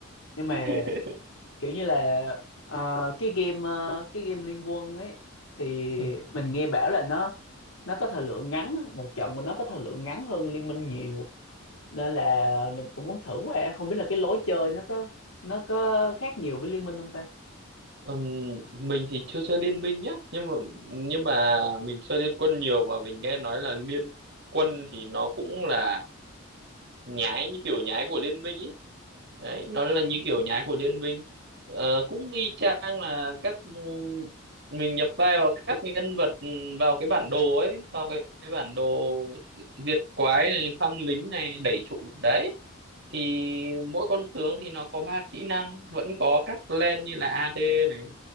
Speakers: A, on the left; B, on the right.
A: nhưng
B: <laughs>
A: mà kiểu như là ờ, cái game ờ, cái game Liên Quân ấy thì
B: Ừ.
A: mình nghe bảo là nó nó có thời lượng ngắn một trận của nó có thời lượng ngắn hơn Liên Minh nhiều nên là mình cũng muốn thử qua không biết là cái lối chơi nó có nó có khác nhiều với Liên Minh không ta
B: Ừm, mình thì chưa chơi liên minh nhá nhưng mà nhưng mà mình chơi liên quân nhiều mà mình nghe nói là liên quân thì nó cũng là nhái như kiểu nhái của liên minh ý đấy nó là như kiểu nhái của Liên Minh Ờ, cũng y chang là các ừ, mình nhập vai vào các nhân vật ừ, vào cái bản đồ ấy vào cái, cái bản đồ diệt quái này phăm lính này đẩy trụ đấy thì mỗi con tướng thì nó có ba kỹ năng vẫn có các lane như là AD này